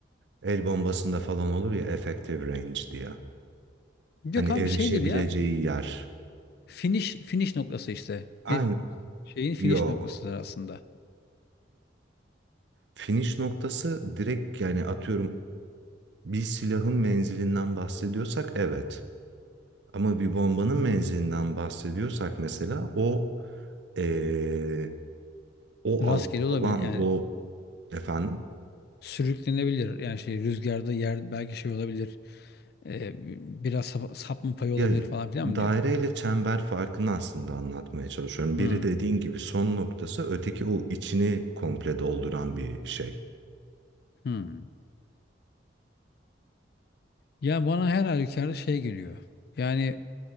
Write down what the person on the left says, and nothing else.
Yok
abi şeydir ya
Finish finish noktası işte.
Bir şeyin finish
noktasıdır aslında.
Rastgele
olabilir
yani
sürüklenebilir. Yani şey rüzgarda yer belki şey olabilir. Ee, biraz sap, sapma payı olabilir
falan filan
mı diyor?
Hmm,
hmm. Ya bana her halükarda şey geliyor. Yani